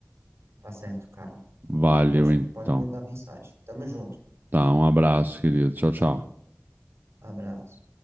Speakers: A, on the right; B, on the right.
A: Tá certo, cara.
B: Valeu,
A: Pode,
B: então.
A: pode mandar mensagem. Tamo junto.
B: Tá, um abraço, querido. Tchau, tchau.
A: Abraço.